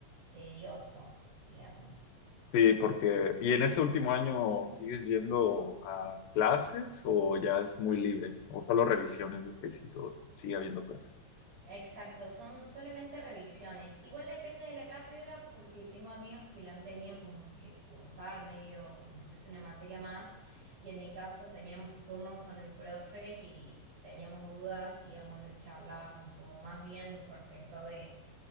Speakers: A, on the right (about 70°); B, on the left (about 85°).
A: tedioso, digamos.
B: Sí, porque, ¿y en este último año sigues yendo a clases o ya es muy libre? ¿O solo revisiones de tesis o sigue habiendo clases?
A: Exacto, son solamente revisiones. Igual depende de la cátedra porque tengo amigos que la han tenido como que cursar medio como si fuese una materia más y en mi caso teníamos turnos con el profe y teníamos dudas, íbamos, lo charlábamos como más bien profesor de,